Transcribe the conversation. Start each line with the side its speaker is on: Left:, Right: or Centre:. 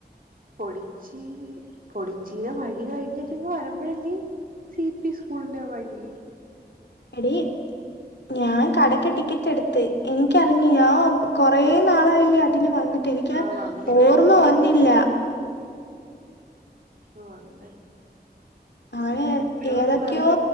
Right: പൊടിച്ചി പൊടിച്ചിയിലെ വഴി കഴിഞ്ഞിട്ടെ വരുമ്പഴല്ലേ സി പി സ്കൂളിന്റെ വഴി
Left: എടി ഞാൻ കടക്ക് ടിക്കറ്റ് എടുത്ത് എനിക്കറങ്ങ ഞാ കൊറ നാളായില്ലേ അതില് വന്നിട്ട് എനിക്ക്
Right: ആ വന്നിട്ട്
Left: ഓർമ്മ വന്നില്ല
Right: ഓ അങ്ങനെ
Left: അങ്ങനെ ഏതൊക്കെയോ
Right: ബസ് മാറി